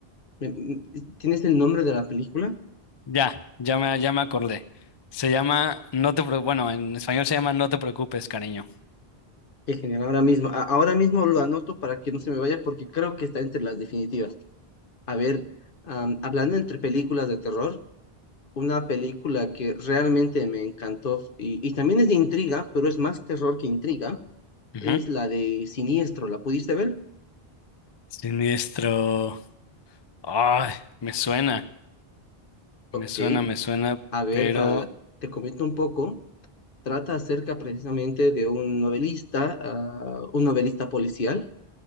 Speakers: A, on the left; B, on the left.
A: Me- me- ¿Tienes el nombre de la película?
B: Ya, ya me, ya me acordé. Se llama, no te, preo- bueno, en español se llama No te preocupes, cariño.
A: Qué genial, ahora mismo. a- ahora mismo lo anoto para que no se me vaya porque creo que está entre las definitivas. A ver, am, hablando entre películas de terror, una película que realmente me encantó y, y también es de intriga, pero es más terror que intriga,
B: Ujú.
A: es la de Siniestro. ¿La pudiste ver?
B: Siniestro. Ay, me suena.
A: Ok,
B: Me suena, me suena,
A: A ver,
B: pero...
A: ah, te comento un poco. Trata acerca precisamente de un novelista, ah, un novelista policial,